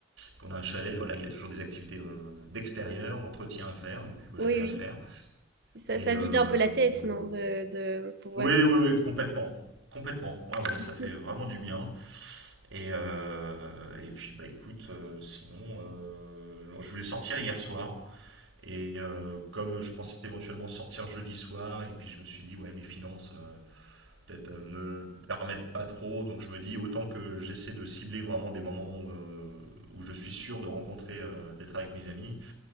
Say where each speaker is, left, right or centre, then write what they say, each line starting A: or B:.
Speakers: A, on the right (about 85°); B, on the right (about 55°).
A: qu'on a un chalet, voilà, il y a toujours des activités euh, d'extérieur, d'entretien à faire et puis bah,
B: oui,
A: j'aime bien le faire.
B: oui. Ça,
A: Et
B: ça
A: euh,
B: vide un peu la tête, non,
A: et voilà.
B: de, de pouvoir.
A: oui oui oui, complètement. Complètement. Ouais ouais, ça
B: <laughs>
A: fait vraiment du bien. Et, euh, et puis bah écoute, euh, sinon, euh, je voulais sortir hier soir. Et euh, comme je pensais éventuellement sortir jeudi soir, et puis je me suis dit, ouais, mes finances euh, peut-être euh, ne le permettent pas trop, donc je me dis, autant que j'essaie de cibler vraiment des moments où, euh, où je suis sûr de rencontrer, euh, d'être avec mes amis.